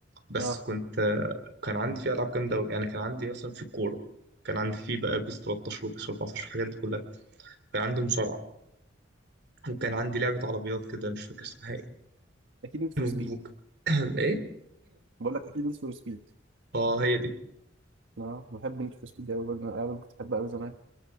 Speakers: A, on the right; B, on the right.
A: بس
B: اه
A: كنت آه، كان عندي فيه العاب جامده قوي يعني كان عندي مثلا في الكوره كان عندي فيه بقى بيس 13 وبيس 14 والحاجات دي كلها كان عندي مصارعه وكان عندي لعبه عربيات كده مش فاكر اسمها ايه
B: اكيد نيد فور
A: <clears throat>
B: سبيد
A: <laughs> ايه
B: بقول لك اكيد نيد فور سبيد
A: اه هي دي
B: اه بحب نيد فور سبيد قوي برضه انا كنت بحبها قوي زمان